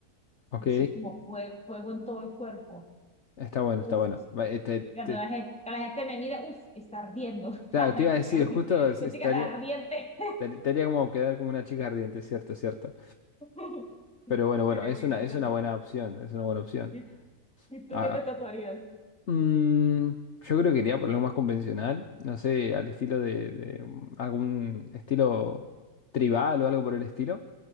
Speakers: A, on the left (about 50°); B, in the centre.
A: ok.
B: Así como fue- fuego en todo el cuerpo.
A: Está bueno,
B: Uf,
A: está bueno.
B: sí.
A: Va, eh, te-
B: Cuando
A: te-
B: la gente, la gente me mira, uf, está ardiendo. <laughs>
A: claro,
B: Ay,
A: te iba a
B: sería
A: decir,
B: muy-
A: justo es-
B: es
A: estaría,
B: que está ardiente.
A: te, te haría como quedar como una chica ardiente, cierto, cierto.
B: <laughs>
A: Pero bueno, bueno,
B: Sería
A: es
B: muy
A: una,
B: gracioso.
A: es una buena opción, es una buena opción.
B: ¿Y, y tú
A: Ah,
B: qué te tatuarías?
A: ah, mm, yo creo que iría por algo más convencional, no sé, al estilo de de, mm, algún estilo tribal o algo por el estilo.